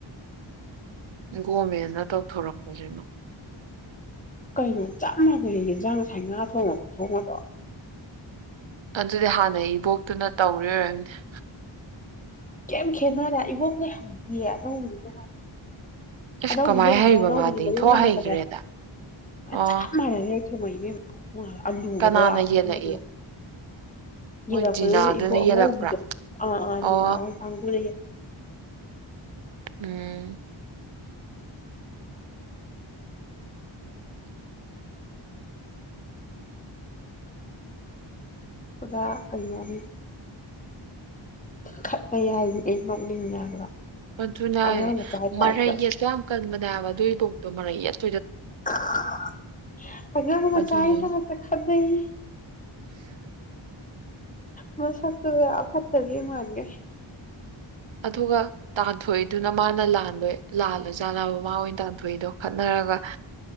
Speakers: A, on the right; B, on the left.
A: ꯒꯣꯔꯃꯦꯟꯅ ꯇꯧꯊꯣꯔꯛꯄꯁꯤꯅ
B: ꯀꯩꯅꯣ ꯆꯞ ꯃꯥꯟꯅꯩ ꯌꯦꯟꯁꯥꯡ ꯉꯁꯥꯏ ꯉꯥ ꯊꯣꯡꯉꯄ ꯊꯣꯡꯕꯗꯣ
A: ꯑꯗꯨꯗꯤ ꯍꯥꯟꯅ ꯏꯕꯣꯛꯇꯨꯅ ꯇꯧꯔꯝꯅꯦ <inaudible>
B: ꯀꯦꯝ ꯈꯦꯅꯔꯦ ꯏꯕꯣꯅꯦ ꯍꯪꯕꯤꯌꯦ ꯅꯪ ꯍꯪ
A: ꯑꯁ
B: ꯑꯅꯧꯕꯗꯤ
A: ꯀꯃꯥꯏꯅ
B: ꯂꯩꯍꯧꯗꯦ
A: ꯍꯩꯕ
B: ꯑꯅꯧꯕꯤꯅꯤ
A: ꯃꯥꯗꯤ
B: ꯃꯌ
A: ꯏꯟꯊꯣꯛ
B: ꯉꯥꯟꯟꯅ
A: ꯍꯩꯈ꯭ꯔꯦꯗ
B: ꯆꯠꯂꯦ
A: ꯑꯣ
B: ꯆꯞ ꯃꯥꯟꯅꯔꯦ <inaudible> ꯎ ꯑꯥꯂꯨꯕꯗꯣ
A: ꯀꯅꯥꯅ
B: ꯃ ꯃꯇꯨꯡ
A: ꯌꯦꯜꯂꯛꯏ ꯃꯣꯏ
B: ꯌꯦꯂꯛꯄꯗꯨꯗ
A: ꯖꯤꯅꯥꯗꯨꯅ
B: ꯏꯕꯣꯛ ꯑꯉꯧꯕꯤꯗꯣ
A: ꯌꯦꯜꯂꯛꯄ꯭ꯔꯥ
B: ꯑꯥ ꯑꯥ ꯖꯤꯅꯥ
A: ꯑꯣ
B: ꯍꯣꯏ ꯀꯥꯡꯕꯨꯗ
A: ꯎꯝ
B: ꯄꯨꯔꯥ ꯀꯩꯅꯣꯅꯤ ꯈꯠꯅ ꯍꯥꯏꯏ ꯑꯩ ꯅꯣꯛꯅꯤꯡꯉꯦ ꯍꯥꯏꯕ
A: ꯑꯗꯨꯅ
B: ꯑꯉꯥꯡ ꯃꯆꯥꯒꯤ ꯇꯥꯏꯞꯇ
A: ꯃꯔꯩ ꯌꯦꯠꯠꯇ ꯌꯥꯝ ꯀꯟꯕꯅꯦꯕ ꯑꯗꯨꯏ ꯄꯣꯛꯇꯣ ꯃꯔꯩ ꯌꯦꯠꯣ
B: <unintelligible>
A: ꯑꯗꯨꯅꯦ
B: ꯃꯁꯛꯇꯨꯒ ꯐꯗꯤ ꯃꯥꯟꯒꯩ
A: ꯑꯗꯨꯒ ꯇꯥꯟꯊꯣꯛꯏꯗꯨꯅ ꯃꯥꯅ ꯂꯥꯟꯕꯩ ꯂꯥꯜꯂ ꯖꯥꯠꯂꯕ ꯃꯥ ꯑꯣꯏꯅ ꯇꯥꯟꯊꯣꯛꯏꯗꯣ ꯈꯠꯅꯔꯒ